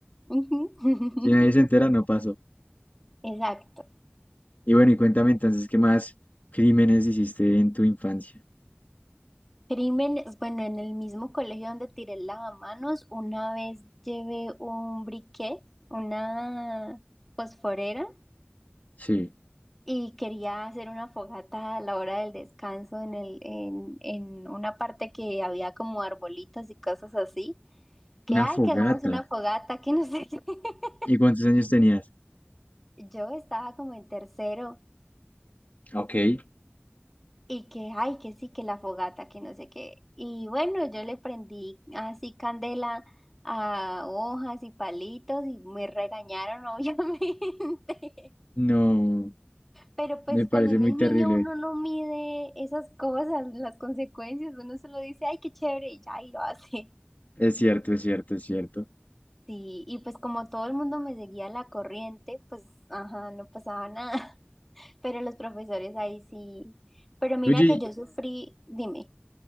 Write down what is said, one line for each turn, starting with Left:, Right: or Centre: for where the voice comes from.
Centre: Ujú. <laughs>
Left: Si nadie se entera, no pasó.
Centre: Exacto.
Left: Y bueno, y cuéntame entonces, ¿qué más crímenes hiciste en tu infancia?
Centre: Crímenes, bueno, en el mismo colegio donde tiré el lavamanos, una vez llevé un briquet, una fosforera,
Left: Sí.
Centre: y quería hacer una fogata a la hora del descanso en el, en, en una parte que había como arbolitos y cosas así, que
Left: Una
Centre: ay,
Left: fogata.
Centre: que hagamos una fogata, que no sé qué. <laughs>
Left: ¿Y cuántos años tenías?
Centre: Yo estaba como en tercero
Left: Ok.
Centre: y que ay, que sí, que la fogata, que no sé qué. Y bueno, yo le prendí así candela a hojas y palitos y me regañaron, <laughs> obviamente.
Left: No,
Centre: Pero pues
Left: me parece
Centre: cuando uno
Left: muy
Centre: es niño
Left: terrible.
Centre: uno
Left: oye.
Centre: no mide esas cosas, las consecuencias, uno solo dice, ay, qué chévere, y ya, y lo hace. <laughs>
Left: Es cierto, es cierto, es cierto.
Centre: Sí, y pues como todo el mundo me seguía la corriente, pues, ajá, no pasaba nada. <laughs> Pero los profesores ahí sí. Pero mira
Left: Oye,
Centre: que
Left: y-
Centre: yo sufrí, dime,